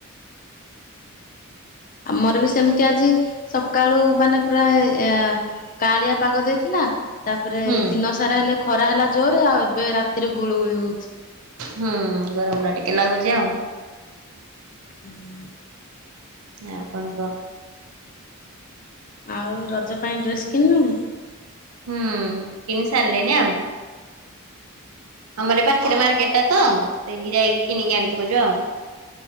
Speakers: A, on the left; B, on the right.
A: ଆମର ବି ସେମିତି ଆଜି, ସକାଳୁ ମାନେ ପ୍ରାଏ ଏଁ କାଆଣିଆ ପାଗ ଦେଇଥିଲା ତାପରେ
B: ହୁଁ
A: ଦିନ ସାରା ହେଲେ ଖରା ହେଲା ଜୋରରେ, ଆଉ ଏବେ ରାତିରେ ଗୁଳୁ ଗୁଳି ହଉଛି।
B: ହୁଁ ଗରମ ଟା ଟିକେ ଲାଗୁଛି ଆଉ।
A: ହୁଁ।
B: ଆଉ କଣ କହ?
A: ଆଉ ରଜ ପାଇଁ ଡ୍ରେସ୍ କିଣିଲୁଣି?
B: ହୁଁ। କିଣି ସାରିଲିଣିି ଆଉ। ଆମର ଏ ପାଖରେ ମାର୍କେଟ ଟା ତ, ସେଇଠି ଯାଇକି କିଣିକି ଆଣି ପକେଇଛୁ ଆଉ। <inaudible>